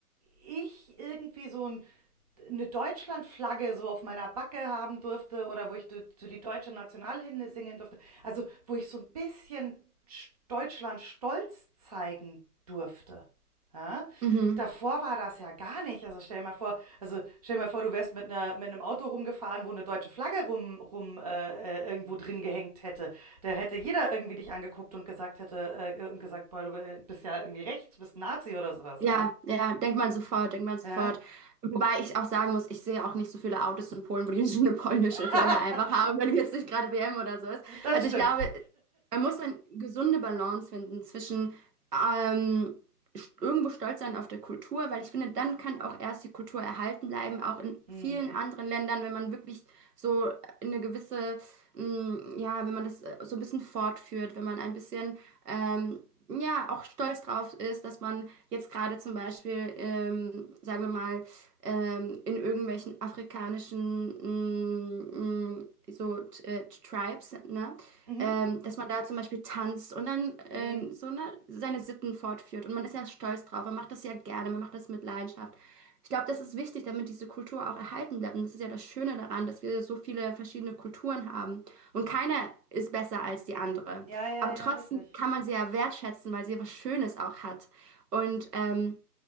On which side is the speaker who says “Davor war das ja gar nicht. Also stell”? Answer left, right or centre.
Right